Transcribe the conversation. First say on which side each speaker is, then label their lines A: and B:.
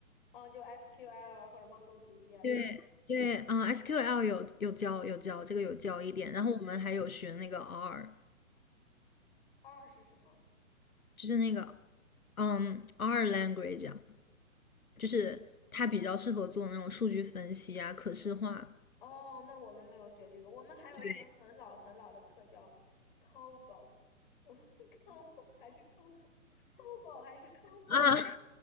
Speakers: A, on the left; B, on the left.
A: 嗯，就 SQL 啊，或者 MongoDB 啊什么。
B: 对对，嗯，SQL 有有教有教这个有教一点，
A: 嗯
B: 然后我们还有学那个 R，
A: ，R 是什么？
B: 就是那个嗯 R language 啊，就是它比较适合做那种数据分析啊、可视化。
A: 哦，那我们没有学这个，我们还有一门很老很老的课叫
B: 对，
A: COBOL，我们 <laughs> COBOL 还是 COBOL，COBOL 还是 COBOL，
B: 啊